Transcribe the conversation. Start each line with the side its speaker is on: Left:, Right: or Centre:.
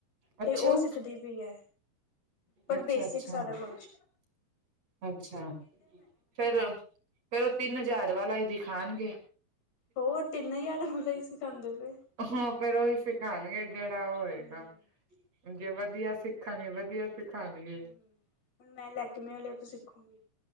Right: ਅੱਛਾ
Left: ਤੇ ਉਹ ਸਿੱਖਦੀ ਵੀ ਹੈ ਪਰ
Right: ਅੱਛਾ
Left: ਬੇਸਿਕਸ
Right: ਅੱਛਾ
Left: ਸਾਰਾ ਕੁਝ
Right: ਅੱਛਾ ਫੇਰ ਫੇਰ ਉਹ ਤਿੰਨ ਹਜ਼ਾਰ ਵਾਲਾ ਹੀ ਦਿਖਾਣਗੇ
Left: ਹੋਰ ਤਿੰਨ ਹਜ਼ਾਰਾਂ ਵਾਲਾ ਇ ਸਿਖਾਉਂਦੇ ਪਏ
Right: ਹਾਂ ਫਿਰ ਉਹੀ ਸਿਖਾਉਣਗੇ ਜਿਹੜਾ ਉਹ ਹੋਏਗਾ
Left: ਹੂੰ
Right: ਜੇ ਵਧੀਆ ਸਿੱਖਾਂਗੇਵਧ ਦੀਆ ਸਿਖਾਣਗੇ
Left: ਹੂੰ ਹੁਣ ਮੈਂ ਲੈਕਮੈਂ ਵਾਲੀਆਂ ਤੋਂ ਸਿੱਖੂੰਗੀ